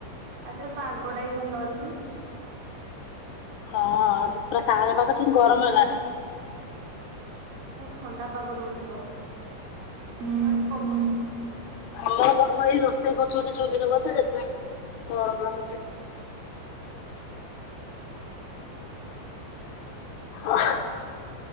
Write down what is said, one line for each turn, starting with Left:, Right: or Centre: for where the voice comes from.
Right: ଆଜିର ପାଗ ଟା ବି ଭଲ ଅଛି।
Left: ହଁ ଆଜି ପୁରା କାଉଁଲିଆ ପାଗ କରିଚି କିନ୍ତୁ ଗରମ ହେଲାଣି।
Right: ଥଣ୍ଡା ପାଗ ଦଉଛି ତ ହୁଁ ହୁଁ ପ
Left: ଆମର ଘର ଏଇ ରୋଷେଇ କରୁଚି ବଧେ ଚୁଲିରେ ବଧେ ସେଥିପାଇଁ ଗରମ ଲାଗୁଚି। ହଁ।
Right: ହଁ।